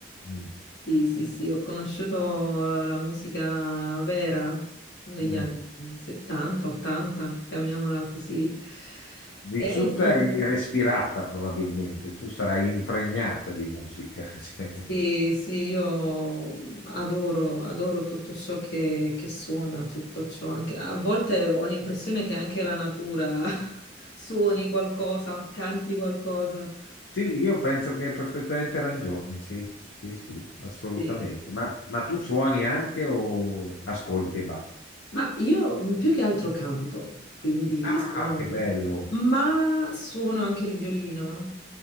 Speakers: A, on the left; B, on the left.
A: Mm,
B: Sì, sì, sì, ho conosciuto la musica vera degli
A: mm.
B: anni 70, 80, chiamiamola così.
A: vissuta
B: E sono-
A: e respirata probabilmente, tu sarai impregnata di musica. <laughs> cioè.
B: sì, sì, io adoro, adoro tutto ciò che, che suona, tutto ciò. Anche, a volte ho l'impressione che anche la natura <laughs> suoni qualcosa, canti qualcosa.
A: Sì, io penso che hai perfettamente ragione, sì, sì, sì, assolutamente.
B: Sì.
A: Ma, ma tu suoni anche o ascolti e basta?
B: Ma io mh, più che altro canto, quindi
A: Ah,
B: sono...
A: che bello!
B: Ma suono anche il violino